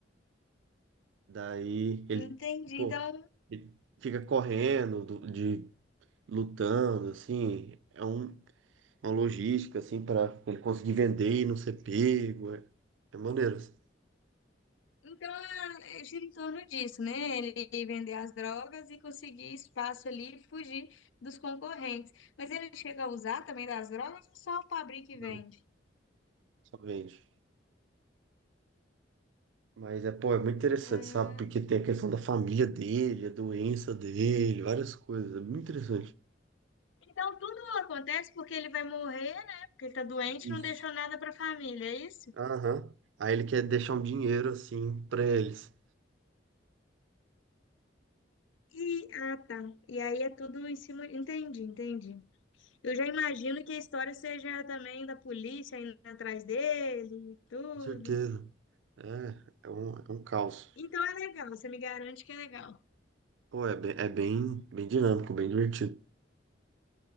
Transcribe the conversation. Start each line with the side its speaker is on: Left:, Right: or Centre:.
Right: Daí ele,
Left: Entendi.
Right: pô,
Left: Então
Right: ele fica correndo, do- de, lutando, assim. É um, uma logística, assim, para ele conseguir vender e não ser pego. É, é maneiro. assim.
Left: Então, é, gira em torno disso, né? Ele vender as drogas e conseguir espaço ali e fugir dos concorrentes. Mas ele chega a usar também das drogas ou só fabrica e vende?
Right: Não, só vende. Mas é, pô, é muito interessante,
Left: Ah,
Right: sabe? Porque tem a questão da família dele, a doença dele, várias coisas. É muito interessante.
Left: então, tudo acontece porque ele vai morrer, né? Porque ele tá doente
Right: Isso.
Left: e não deixou nada pra família, é isso?
Right: Aham. Aí ele quer deixar um dinheiro, assim, pra eles.
Left: E, ah, tá. E aí é tudo em cima. Entendi, entendi. Eu já imagino que a história seja também da polícia indo atrás dele e tudo.
Right: Com certeza. É, é um, é um caos.
Left: Então é legal, você me garante que é legal.
Right: Pô, é bem, é bem, bem dinâmico, bem divertido.